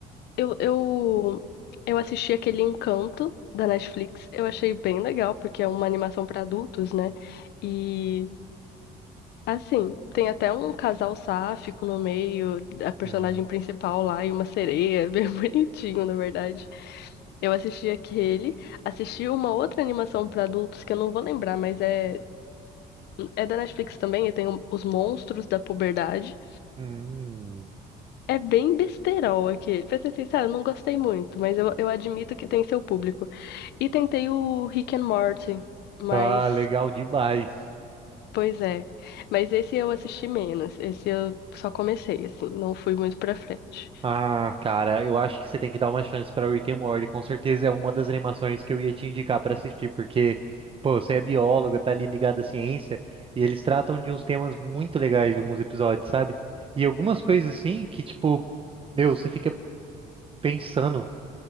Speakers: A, on the left; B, on the right.
A: eu, eu, eu assisti aquele Encanto da Netflix. Eu achei bem legal, porque é uma animação para adultos, né? E, assim, tem até um casal sáfico no meio, a personagem
B: Uhum.
A: principal lá e uma sereia, <laughs> bem bonitinho, na verdade. Eu assisti aquele, assisti uma outra animação para adultos que eu não vou lembrar, mas é, é da Netflix também, e tem o- Os Monstros da Puberdade.
B: Hum.
A: É bem besterol aquele. Pra ser sincero, eu não gostei muito, mas eu, eu admito que tem seu público. E tentei o Rick and Morty, mas.
B: Ah, legal demais.
A: Pois é. Mas esse eu assisti menos. Esse eu só comecei, assim. Não fui muito pra frente.
B: Ah, cara, eu acho que você tem que dar uma chance pra Rick and Morty. Com certeza é uma das animações que eu ia te indicar pra assistir, porque, pô, você é bióloga, tá ali ligado à ciência, e eles tratam de uns temas muito legais em alguns episódios, sabe? E algumas coisas assim que, tipo, meu, você fica pensando